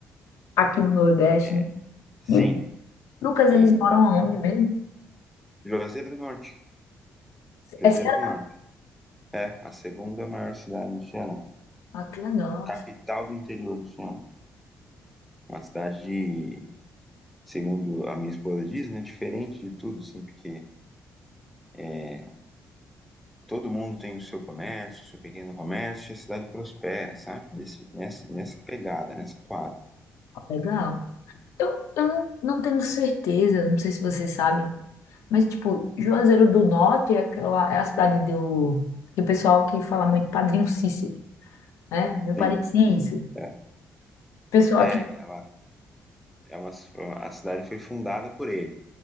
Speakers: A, on the left; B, in the centre.
A: aqui no Nordeste,
B: É,
A: né?
B: sim.
A: E, Lucas,
B: E
A: eles moram aonde mesmo?
B: Juazeiro do Norte. Juazeiro
A: É Ceará.
B: do Norte. É a segunda maior cidade do Ceará.
A: Ah, que legal.
B: A capital do interior do Ceará. Uma cidade de, segundo a minha esposa diz, né? Diferente de tudo, assim, porque é, todo mundo tem o seu comércio, o seu pequeno comércio, e a cidade prospera, sabe? Desse, nessa, nessa pegada, nessa toada.
A: Legal. Eu, eu não, não tenho certeza, não sei se você sabe mas, tipo, Juazeiro do Norte é, aquela, é a cidade do, do pessoal que fala muito Padrinho Cícero, né? Meu padre
B: Sim,
A: Cícero.
B: é.
A: Pessoal
B: É,
A: que...
B: ela é uma, a cidade foi fundada por ele,